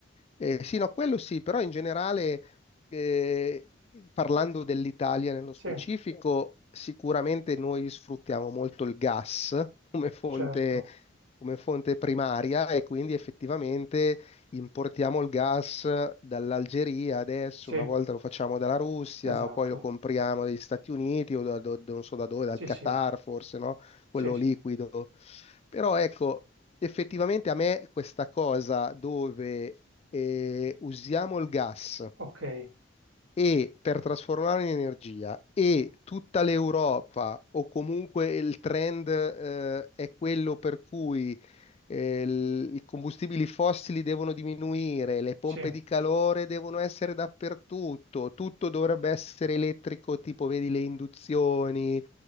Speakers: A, on the left; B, on the right.
A: Eh, sì, no, quello sì, però in generale, eh, parlando dell'Italia nello
B: sì,
A: specifico, sicuramente noi sfruttiamo molto il gas come fonte,
B: certo,
A: come fonte primaria e quindi effettivamente importiamo il gas dall'Algeria adesso,
B: sì,
A: una volta lo facciamo dalla Russia,
B: esatto,
A: poi lo compriamo dagli Stati Uniti o da, do- non so da dove, dal
B: sì,
A: Qatar
B: sì,
A: forse, no? Quello
B: sì, sì,
A: liquido. Però ecco, effettivamente a me questa cosa dove eh, usiamo il gas
B: ok,
A: e per trasformarlo in energia e tutta l'Europa o comunque il trend eh, è quello per cui eh, l- i combustibili fossili devono diminuire, le pompe
B: sì,
A: di calore devono essere dappertutto, tutto dovrebbe essere elettrico, tipo vedi le induzioni,